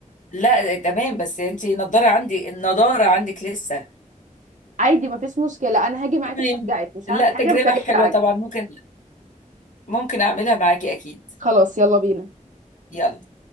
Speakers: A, on the left; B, on the right.
A: لا تمام بس انت النضاره عندي النضاره عندك لسه
B: عادي مفيش مشكله انا هاجي معاكي
A: تمام
B: اشجعك مش
A: لا
B: هعمل حاجه
A: تجربه
B: بس هاجي
A: حلوه
B: أشجعك.
A: طبعا ممكن ممكن اعملها معاكي اكيد
B: خلاص يلا بينا
A: يلا